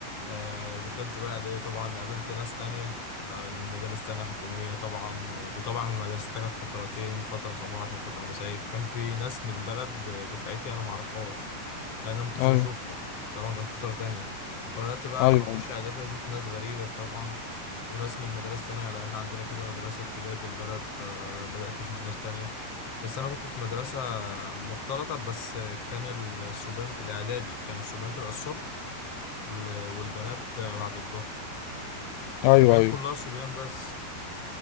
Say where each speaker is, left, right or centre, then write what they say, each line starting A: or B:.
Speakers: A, on the left; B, on the left.
A: آه، دخلت بقى دي طبعا قابلت ناس تانية آه، من مدارس تانية حكومية طبعا وطبعا المدرسة دي كانت فترتين فترة صباحي وفترة مسائي فكان في ناس من البلد دفعتي أنا معرفهاش لأن أنا ما كنتش
B: ايوه
A: بشوفهم طبعا كان فترة تانية فبدأت بقى
B: ايوه
A: أما أخش إعدادي أشوف ناس غريبة طبعا وناس من مدارس تانية لأن عندنا كذا مدرسة ابتدائي في البلد فبدأت أشوف ناس تانية بس أنا كنت في مدرسة مختلطة بس كان الصبيان الإعدادي كان الصبيان تبقى الصبح ل- والبنات بعد الظهر
B: ايوه
A: فكان
B: ايوه
A: كلها صبيان بس